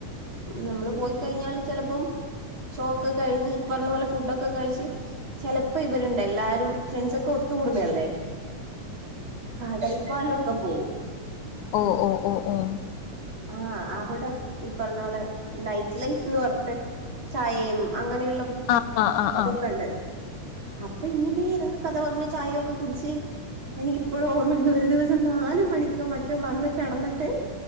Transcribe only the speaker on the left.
ഓ ഓ ഓ ഒ ഓ
ആഹ് ആഹ് ആഹ് ആഹ്